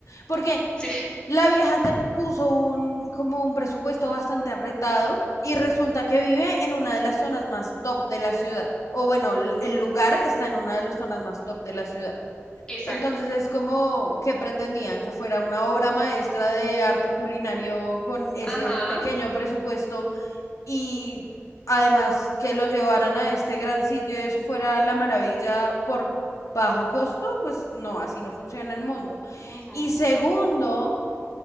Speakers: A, on the left; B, on the left.
A: porque
B: Sí,
A: la vieja te puso un, como un presupuesto bastante apretado y resulta que vive en una de las zonas más top de la ciudad. O bueno, l- el lugar está en una de las zonas más top de la ciudad.
B: exacto.
A: Entonces es como que pretendían que fuera una obra maestra de arte culinario con ese
B: Ajá.
A: pequeño presupuesto y además que lo llevaran a este gran sitio y eso fuera la maravilla por bajo costo, pues no, así no funciona el mundo.
B: Ujú.
A: Y segundo,